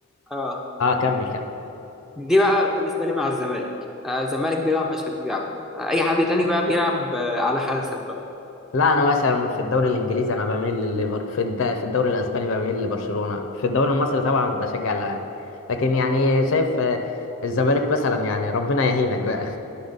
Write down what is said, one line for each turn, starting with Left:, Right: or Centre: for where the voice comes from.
Centre: آه
Left: اه كمل كمل
Centre: دي بقى بالنسبة لي مع الزمالك آه، الزمالك بيلعب هشجعه آه، أي حد تاني بقى بيلعب آه، على حسب
Left: لا انا مثلا في الدوري الانجليزي انا بميل لليفر في الد... في الدوري الاسباني بميل لبرشلونة في الدوري المصري طبعا بشجع الاهلي لكن يعني شايف آه، الزمالك مثلا يعني ربنا يهينك بقى